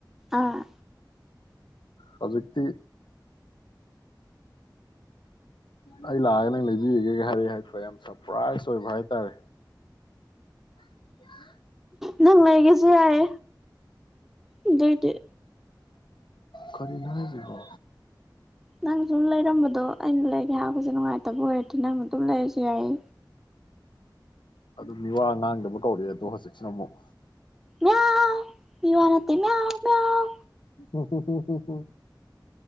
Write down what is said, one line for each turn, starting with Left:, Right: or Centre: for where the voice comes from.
Centre: ꯑꯥ
Left: ꯍꯧꯖꯤꯛꯇꯤ ꯑꯩ ꯂꯥꯛꯑꯒ ꯅꯪ ꯂꯩꯕꯤꯔꯒꯦꯒ ꯍꯥꯏꯔ ꯍꯥꯏ ꯌꯥꯝ ꯁꯔꯄ꯭ꯔꯥꯏꯖ ꯑꯣꯏꯕ ꯍꯥꯏꯇꯥꯔꯦ <inaudible>
Centre: ꯅꯪ ꯂꯩꯒꯦꯁꯨ ꯌꯥꯏ ꯑꯗꯨꯏꯗꯤ
Left: ꯈꯔꯤꯅꯣ ꯍꯥꯏꯁꯤꯕꯣ
Centre: ꯅꯪꯁꯨ ꯂꯩꯔꯝꯕꯗꯣ ꯑꯩꯅ ꯂꯩꯒꯦ ꯍꯥꯏꯕꯁꯦ ꯅꯨꯡꯉꯥꯏꯇꯕ ꯑꯣꯏꯔꯗꯤ ꯅꯪꯅ ꯑꯗꯨꯝ ꯂꯩꯔꯁꯨ ꯌꯥꯏ
Left: ꯑꯗꯨ ꯃꯤꯋꯥ ꯉꯥꯡꯗꯕ ꯀꯧꯔꯛꯑꯦ ꯑꯗꯣ ꯍꯧꯖꯤꯛꯁꯤꯅ ꯑꯃꯨꯛ
Centre: ꯃꯤꯌꯥꯎ ꯃꯤꯋꯥ ꯅꯠꯇꯦ ꯃꯤꯑꯎ ꯃꯤꯑꯎ
Left: ꯎ ꯎ ꯎ